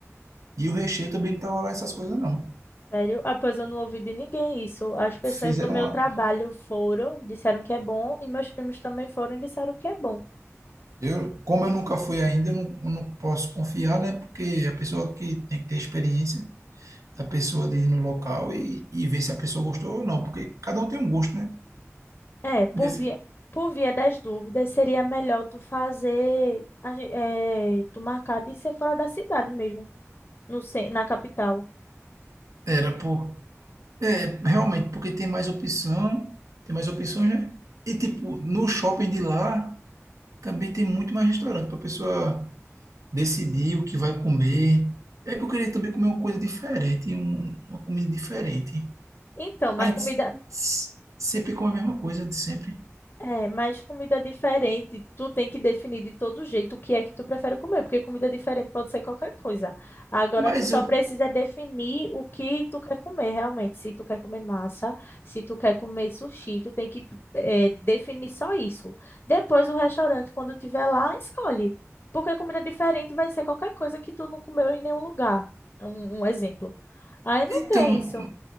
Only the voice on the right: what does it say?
e o recheio também não tava lá essas coisas, não.
Fizeram
Eu, como eu nunca fui ainda, eu não, eu não posso confiar, né? Porque a pessoa que tem que ter experiência da pessoa de ir no local e, e ver se a pessoa gostou ou não, porque cada um tem um gosto, né?
Nesse,
era por, é, realmente, porque tem mais opção, tem mais opções, né? E tipo, no shopping de lá também tem muito mais restaurante para a pessoa decidir o que vai comer. É que eu queria também comer uma coisa diferente, um- uma comida diferente.
Aí
s- s- sempre com a mesma coisa de sempre.
Mas
eu,
então,